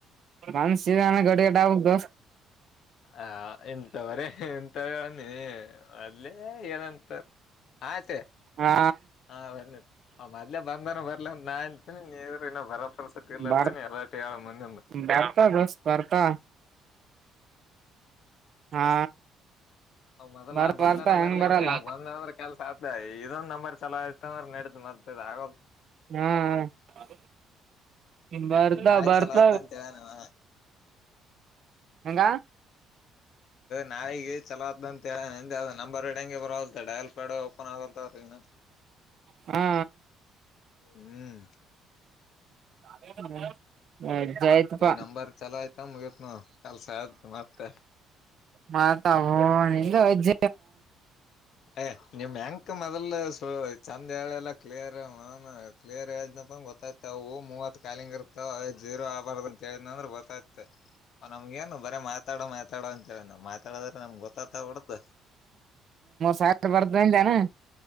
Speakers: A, on the right; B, on the left.
A: ಮನ್ಸಾನ ಗಡಿಗಡೆ ಆಗುದುು
B: ಹ ಎಂತವ್ರ ಎಂತ ನೀ ಅದಲೆ ಏನಂತಾರ ಆಯ್ತ
A: ಹಾ
B: ಹ ಬನ್ನ ಆ ಮದ್ಬಂದನ ಬರ್ಲ ಒಂದ ನಾಂತೀನಿ ನೀರುನ್ನ ಬರ ಅ ಸತಿ ಇಲ್ಲಾತನೇ
A: ಬರ್
B: ಎಲ್ಲಟ ಆಳ ಮನ್ನಂದು
A: ಬರ್ತಾ ದೋಸ್ತ್ ಬರ್ತಾ ಹಾ
B: ಹ ಮೊದಲ
A: ಬರ್
B: ಆ ಬಂದನ
A: ಬರ್ತಾ ಹೆಂಗ್
B: ಬರ್ಲಿ
A: ಬರಲ್ಲ
B: ಅಂದೆ ಅವ ಬಂದ ಅಂದ್ರೆ ಕೆಲ್ಸ ಆಗ್ತ ಇದೊ ನಂಬ ಚಲ ಆಯ್ತ ಅಂದ್ರೆ ನಡ್ದ್ ಮರ್ತದ ಆಗ
A: ಹಾ ಹ ಭಾರತ
B: ಇನ್ ನಾಳೆ
A: ಭರ್ತ
B: ಚಲೋ ಆತ್ತ ಅಂತ ಹೇಳನ ಅವ
A: ಹೆಂಗ
B: ನಾಗೆ ಚಲೋ ಅಂತ ಹೇಳ ನಂತ್ದ ನಂಬರ್ ಇಡಂಗಗೆ ಬರಲ್ ಡಯಲ್ ಪ್ಯಾಡ್ ಓಪನ್ ಆಗಲ್ತ ಅವ್ರನು
A: ಹಾ
B: ಹ್ಮ್
A: ಹ ಹ್ಮ ಜಯತ್ಪ್ಪ
B: ಈ ನಂಬರ್ ಚಲೋ ಆಯ್ತ ಮುಗತ್ ನೋ ಕೆಲ್ಸ ಆಯ್ತ್ ಮತ್ತೆ
A: ಮಾತ ಹ ನಿಜ
B: ಏ ನಿಮ್ ಯಂಕ್ ಮೊದಲು ಚಂದ ಹೇಳಳೆಲ್ಲ ಲ್ಲ ಕ್ಲಿಯರ್ ಕ್ಲಿಯರ್ ಆ್ನಪ್ಪ ಗೊತ್ತಾಯ್ ಇತವು ಮೂವತ್ ಕಾಲಿಂಗ ಇರ್ವ ಜೀರೋ ಆಗ್ಬಾರ್ದ ಅಂತೇಳಿದ ಅಂದ್ರ ಗೊತ್ತಾಯತ ಅವ್ ನಮ್ಗ ಏನು ಬರೇ ಮಾತಾಡೋ ಮಾತಾಡೋ ಅಂತೇಳ ನಾವ್ ಮಾತಾಡದ್ರೆ ನಮ್ಗ್ ಗೊತ್ತತ ಹೊಡ್ದು
A: ಸಾಕ ಬರ್ದಿಂದನ